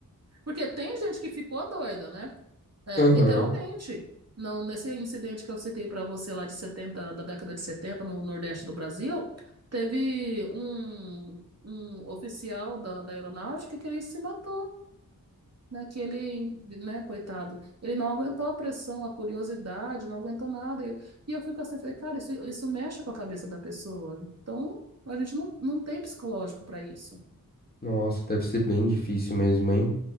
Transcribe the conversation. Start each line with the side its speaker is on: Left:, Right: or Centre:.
Right: Porque tem gente que ficou doida, né? É,
Left: Aham.
Right: literalmente. Não, nesse incidente que eu citei para você lá de 70 da década de 70 no Nordeste do Brasil, teve um, um oficial da, da aeronáutica que ele se matou, né? Que ele, né, coitado, ele não aguentou a pressão, a curiosidade, não aguentou nada. E, e eu fico assim, falei, cara, isso, isso mexe com a cabeça da pessoa. Então, a gente não, não tem psicológico para isso.
Left: Nossa, deve ser bem difícil mesmo, hein?